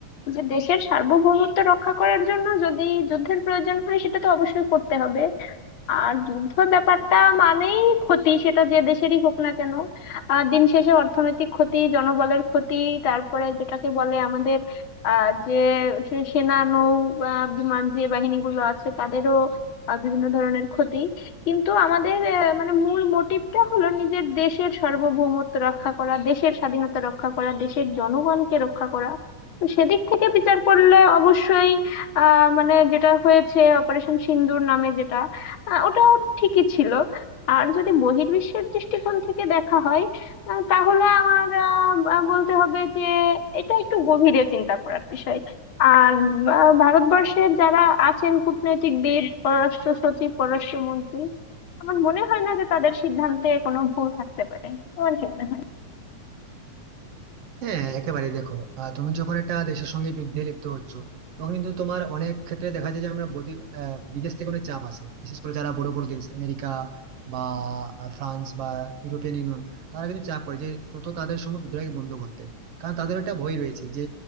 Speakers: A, on the left; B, on the right.
A: যে দেশের সার্বভৌমত্ব রক্ষা করার জন্য যদি যুদ্ধের প্রয়োজন হয় সেটা তো অবশ্যই করতে হবে আর যুদ্ধ ব্যাপারটা মানেই ক্ষতি সেটা যে দেশেরই হোক না কেন আহ দিন শেষে অর্থনৈতিক ক্ষতি জনবলের ক্ষতি তারপরে যেটাকে বলে আমাদের আহ যে সে- সেনা নৌ আহ, বিমান যে বাহিনীগুলো আছে তাদেরও আহ, বিভিন্ন ধরনের ক্ষতি কিন্তু আমাদের আহ, মানে মূল মোটিভটা হলো নিজের দেশের সার্বভৌমত্ব রক্ষা করা দেশের স্বাধীনতা রক্ষা করা দেশের জনগণকে রক্ষা করা তো সেদিক থেকে বিচার করলে অবশ্যই আহ মানে যেটা হয়েছে অপারেশন সিন্দুর নামে যেটা আহ, ওটা ঠিকই ছিল আর যদি বহির্বিশ্বের দৃষ্টিকোণ থেকে দেখা হয় আহ, তাহলে আমার আহ, আহ, বলতে হবে যে এটা একটু গভীরে চিন্তা করার বিষয় আর আহ, ভারতবর্ষের যারা আছেন কূটনৈতিকবিদ পররাষ্ট্র সচিব পররাষ্ট্র মন্ত্রী আমার মনে হয় না যে তাদের সিদ্ধান্তে কোনো ভুল থাকতে পারে তোমার কি মনে হয়
B: হ্যাঁ একেবারে দেখো আহ, তুমি যখন একটা দেশের সঙ্গে যুদ্ধে লিপ্ত হচ্ছ তখন কিন্তু তোমার অনেক ক্ষেত্রে দেখা যায় যে আমরা বদি- আহ, বিদেশ থেকে অনেক চাপ আসে বিশেষ করে যারা বড় বড় দেশ আমেরিকা বা আহ, ফ্রান্স বা ইউরোপিয়ান ইউনিয়ন তারা কিন্তু চাপ করে যে যত তাড়াতাড়ি সম্ভব যুদ্ধটাকে বন্ধ করতে কারণ তাদের একটা ভয় রয়েছে যে